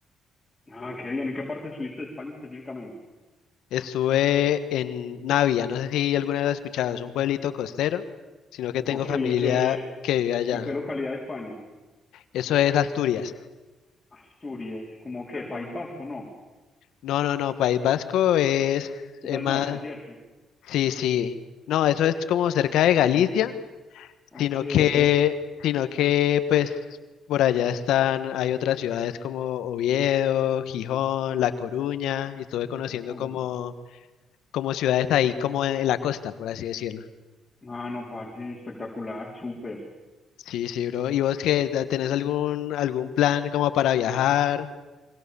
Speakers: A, on the left; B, on the left.
A: Ah, qué bien. ¿En qué parte estuviste de España específicamente?
B: Estuve en Navia, no sé si alguna vez lo has escuchado, es un pueblito costero, sino que tengo
A: Ok,
B: familia
A: ¿en qué,
B: que vive allá.
A: en qué localidad de España?
B: Eso es Asturias.
A: Asturias, ¿como qué? País Vasco, no.
B: No, no, no, País Vasco es,
A: Es
B: es
A: al
B: más,
A: norte, ¿cierto?
B: sí, sí. No, eso es como cerca de Galicia.
A: Ok,
B: sino que,
A: ok.
B: sino que pues por allá están, hay otras ciudades como Oviedo, Gijón, La Coruña, y
A: Oh,
B: estuve conociendo
A: Dios.
B: como, como ciudades ahí como en, la costa, por así decirlo.
A: Ah, no, parce, espectacular, súper.
B: Sí, sí, bro. ¿Y vos que tenés algún, algún plan como para viajar?